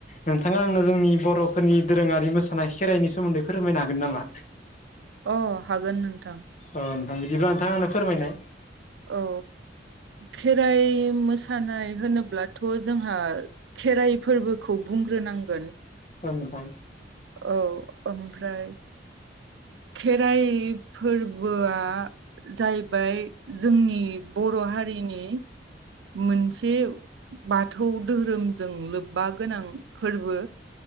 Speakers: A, on the left; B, on the right.
A: नोंथाङा आंनो जोंनि बर'फोरनि दोरोङारि मोसानाय खेराइनि सोमोन्दै फोरमायनो हागोन नामा?
B: अ हागोन नोंथां
A: अ नोंथां बिदिब्ला नोंथां आंनो फोरमायनाय
B: औ खेराइ मोसानाय होनोब्लाथ' जोंहा खेराइ फोरबोखौ बुंग्रोनांगोन
A: ओं नोंथां
B: औ ओमफ्राय खेराइ फोरबोआ जाहैबाय जोंनि बर' हारिनि मोनसे बाथौ धोरोमजों लोब्बा गोनां फोरबो